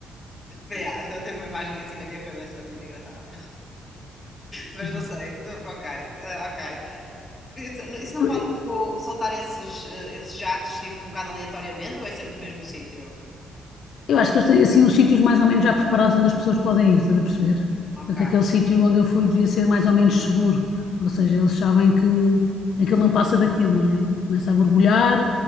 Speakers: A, on the left (about 20°); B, on the left (about 65°).
A: Yeah, estou a ter uma imagem assim na minha cabeça muito engraçada, mas
B: e
A: não sei. Tô- Ok, ah, ok. Isso, isso não
B: pronto.
A: pode, tipo, soltar esses, eh, esses jatos, tipo, um bocado aleatoriamente ou é sempre no mesmo sítio?
B: Eu acho que eles têm assim uns sítios mais ou menos já preparados onde as pessoas podem ir, estás a perceber?
A: Ok,
B: Portanto, aquele sítio onde eu fui devia ser mais ou menos seguro. Ou seja, eles sabem que aquilo não passa daquilo, não é? Começa a borbulhar